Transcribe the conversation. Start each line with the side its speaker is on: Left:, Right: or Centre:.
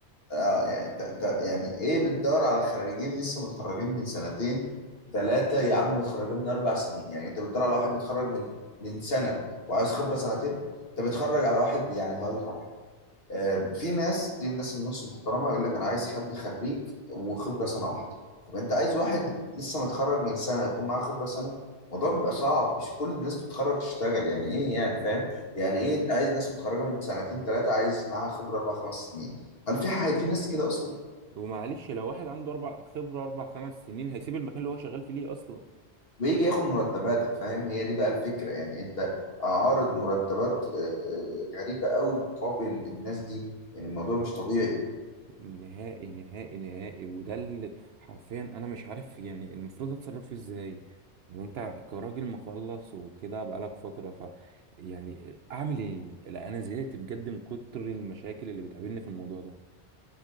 Left: اه يعني انت انت يعني ايه بتدور على خريجين لسه متخرجين من سنتين ثلاثة يا عم متخرجين من أربع سنين يعني انت بتدور على واحد متخرج من من سنة وعايز خبرة سنتين انت بتتخرج على واحد يعني هقول لك آه، في ناس دي الناس النص محترمه يقول لك انا عايز حد خريج وخبره سنه واحده طب انت عايز واحد لسه متخرج من سنه يكون معاه خبره سنه الموضوع بيبقى صعب مش كل الناس بتتخرج تشتغل يعني ايه يعني فاهم يعني ايه انت عايز ناس متخرجه من سنتين ثلاثه عايز معاها خبره اربع خمس سنين هل في حاجه في ناس كده اصلا
Right: ومعلش لو واحد عنده اربع خبره اربع خمس سنين هيسيب المكان اللي هو شغال فيه ليه اصلا
Left: ويجي ياخد مرتباتك فاهم هي دي بقى الفكره يعني انت عارض مرتبات آه، آه، غريبه قوي مقابل الناس دي يعني الموضوع مش طبيعي
Right: نهائي نهائي نهائي وده اللي حرفيا انا مش عارف يعني المفروض اتصرف فيه ازاي وانت كراجل مخلص وكده بقالك فتره ف يعني اعمل ايه لا انا زهقت بجد من كتر المشاكل اللي بتقابلني في الموضوع